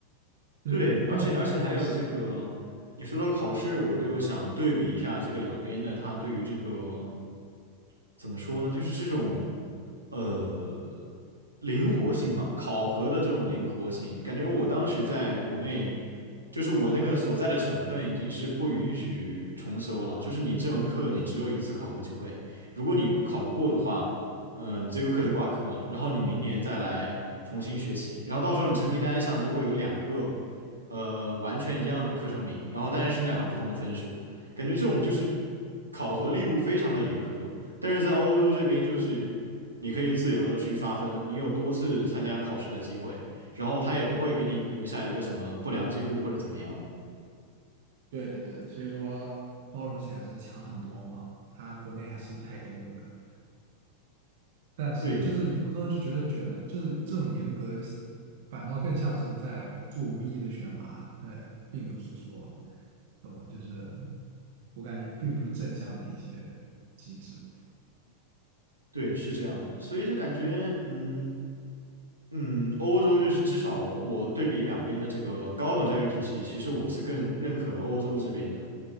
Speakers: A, on the right; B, on the right.
A: 对，
B: 就是你根本不会想。
A: 而且而且还有这个，你说到考试，我就想对比一下这个两边的，他对于这个。怎么说呢？就是这种呃灵活性吧，考核的这种灵活性，感觉我当时在国内，就是我那个所在的省份已经是不允许重修了，就是你这门课你只有一次考核机会，如果你考不过的话，呃，你这个课就挂科了，然后你明年再来重新学习，然后到时候你成绩单上就会有两个呃完全一样的课程名，然后但是是两个不同的分数，感觉这种就是考核力度非常的严苛。但是在欧洲这边，就是你可以自由的去刷分，你有多次参加考试的机会，然后他也不会给你留下一个什么不良记录或者怎么样的。
B: 对对对的，所以说，包容性还是强很多嘛。他国内还是太严格了，但是就是有的时候就觉得卷的，
A: 对
B: 就是这种严格，反倒更像是在做无意义的选拔，它并不是说，懂吗？就是我感觉并不是正向的一些机制。
A: 对，是这样的，所以就感觉，嗯嗯，欧洲就是至少我对比两边的这个高等教育体系，其实我是更认可欧洲这边的。